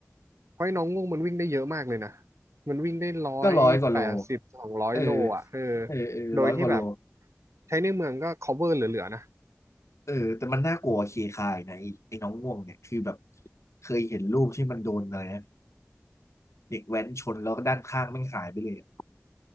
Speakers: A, on the right; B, on the left.
A: เพราะไอ้น้องง่วงมันวิ่งได้เยอะมากเลยนะมันวิ่งได้ร้อยแปดสิบสองร้อยโลอ่ะเออ
B: ก็ร้อยกว่าโลเออเออเออร้อยกว่าโล
A: โดยที่แบบใช้ในเมืองก็ cover เหลือๆนะ
B: เออแต่มันน่ากลัวเคคายนะไอ้ไอ้น้องง่วงเนี่ยคือแบบเคยเห็นรูปที่มันโดนอะไรนะเด็กแว้นชนแล้วก็ด้านข้างมันหายไปเลยอะ